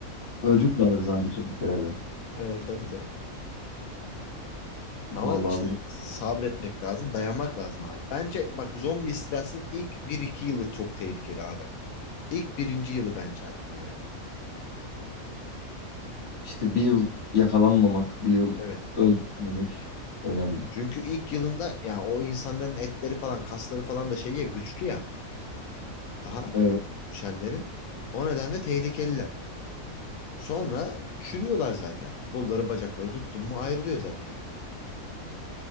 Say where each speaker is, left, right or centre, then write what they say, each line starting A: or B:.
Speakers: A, on the left (about 50°); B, on the left (about 75°).
A: Ödül de alırız abi tüm ülkelerden.
B: Evet tabii canım.
A: Vallahi
B: Ama işte
A: bu zor.
B: sabretmek lazım. Dayanmak lazım abi. Bence bak zombi istilasının ilk bir iki yılı çok tehlikeli aga. İlk birinci yılı bence hatta yani.
A: işte bir yıl yakalanmamak, bir yıl
B: Evet.
A: öldürmemek önemli.
B: Çünkü ilk yılında yani o insanların etleri falan kasları falan da şey ya güçlü ya daha
A: Evet.
B: düşenlerin. O nedenle tehlikeliler. Sonra çürüyorlar zaten. Kolları bacakları tuttun mu ayrılıyor zaten yani.